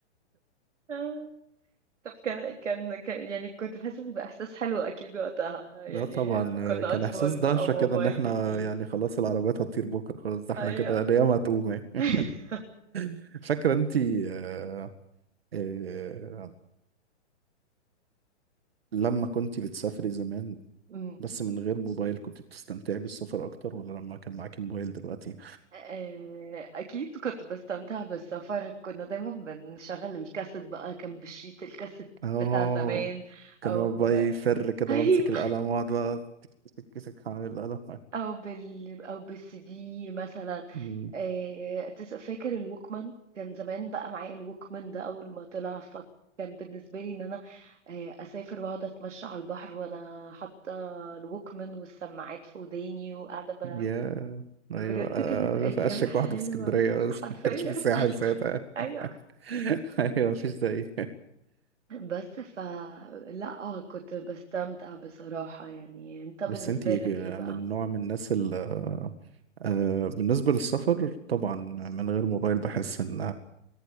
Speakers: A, on the right; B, on the right.
A: <laughs> طب كان كان كان- يعني كنت حاسس بإحساس حلو أكيد وقتها يعني
B: لا طبعا
A: كنا
B: كان
A: أطفال
B: إحساس دهشة
A: بقى موبايل
B: كده إن إحنا
A: جديد
B: يعني خلاص العربيات هتطير بكرة خلاص ده إحنا
A: أيوه
B: كده الأيام هتقوم يعني
A: <laughs>
B: <laughs> فاكرة أنتي آه، آه، لما كنت بتسافري زمان
A: أمم.
B: بس من غير موبايل كنت بتستمتعي بالسفر اكتر ولا لما كان معاكي موبايل دلوقتي
A: آه، أكيد كنت بستمتع بالسفر كنا دايما بنشغل الكاسيت بقى كان بالشيت الكاسيت
B: اه
A: بتاع زمان
B: كان
A: أو
B: يقعد بقى يفر كده
A: <laughs> أيوه
B: وامسك القلم واقعد بقى تك تك تك تك هعمل القلم
A: او بال او بالسي دي مثلا
B: أمم،
A: آه، تس- فاكر الوكمان كان زمان بقى معايا الوكمان ده اول ما طلع فكان بالنسبه لي ان انا آه، اسافر واقعد اتمشى على البحر وانا حاطه الوكمان والسماعات في وداني وقاعده ب...
B: يا
A: بجد
B: ايوه آه،
A: كانت ايام
B: في اشك
A: حلوه
B: واحده في اسكندريه بس
A: حرفيا
B: <laughs> ما كانش في
A: <laughs>
B: ساحل ساعتها
A: ايوه
B: <laughs> ايوه مفيش زي
A: بس ف لا آه، كنت بستمتع بصراحه يعني
B: <laughs>
A: انت بالنسبه
B: بس انتي
A: لك ايه بقى
B: من نوع من الناس اللي آه، بالنسبة للسفر طبعا من غير موبايل بحس ان